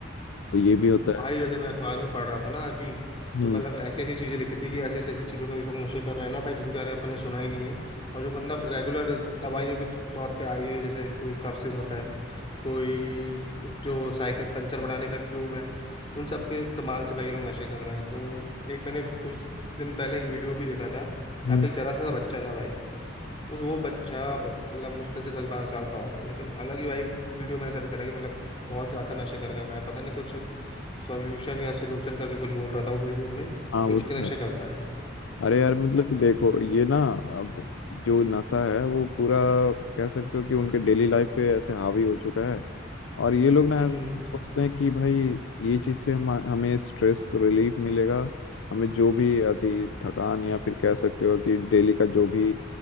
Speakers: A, on the left (about 80°); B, on the left (about 25°).
A: तो ये भी होता
B: भाई
A: है
B: जैसे मैं अखबार में पढ़ रहा था ना अभी
A: हम्म
B: तो मतलब ऐसी ऐसी चीजें लिखी थी कि ऐसी ऐसी चीजों को ये लोग नशे कर रहे हैं ना भाई जिनके बारे में अपन ने सुना ही नहीं है और जो मतलब रेगुलर दवाइयों के तौर पे आई है जैसे कोई कफ सिरप है कोई जो साइकिल पंचर बनाने का ट्यूब है उन सब के इस्तेमाल से भाई ये लोग नशे कर रहे हैं तो एक मैंने कुछ दिन पहले एक वीडियो भी देखा था यहाँ
A: हम्म।
B: पे एक जरा सा बच्चा था भाई उस वो बच्चा मतलब मुश्किल से दस बारह साल का होगा लेकिन अलग ही भाई वीडियो में ऐसा दिख रहा है कि मतलब बहुत ज्यादा नशे कर रखा है पता नहीं कुछ सॉल्यूशन या सिलोचन करके कुछ बोल रहा था वो वीडियो में
A: हाँ
B: कि
A: वो
B: उसके
A: तो
B: नशे
A: है।
B: करता है
A: अरे यार मतलब देखो ये ना अब जो नशा है वो पूरा कह सकते हो कि उनके डेली लाइफ पे ऐसे हावी हो चुका है और ये लोग ना
B: हम्म
A: सोचते हैं कि भाई ये चीज से हम हमें स्ट्रेस को रिलीफ मिलेगा हमें जो भी अति थकान या फिर कह सकते हो कि डेली का जो भी